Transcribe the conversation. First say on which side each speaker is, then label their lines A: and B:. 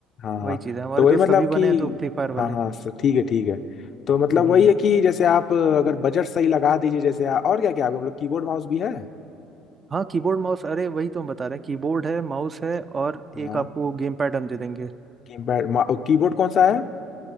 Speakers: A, on the left (about 50°); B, on the right (about 35°).
A: हाँ
B: वही
A: हाँ
B: चीज़ है हमारे
A: तो वही
B: दोस्त
A: मतलब
B: अभी
A: कि
B: बने हैं तो फ्री फायर वाले
A: हाँ हाँ सर ठीक है ठीक है तो मतलब
B: हम्म हम्म,
A: वही
B: हम्म।
A: है कि जैसे आप अगर बजट सही लगा दीजिए जैसे और क्या क्या है आपको, मतलब कीबोर्ड माउस भी है
B: हाँ कीबोर्ड माउस अरे वही तो हम बता रहे हैं कीबोर्ड है माउस है और
A: हाँ
B: एक आपको गेम पैड हम दे देंगे
A: कीपैड कीबोर्ड कौन सा है